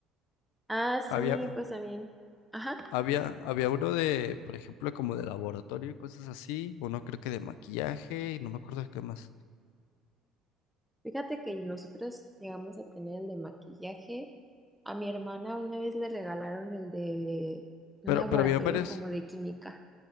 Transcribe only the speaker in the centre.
Ah, sí,
pues también. Ajá.
Fíjate que nosotros llegamos a tener el de maquillaje. A mi hermana una vez le regalaron el de un
laboratorio
como de química.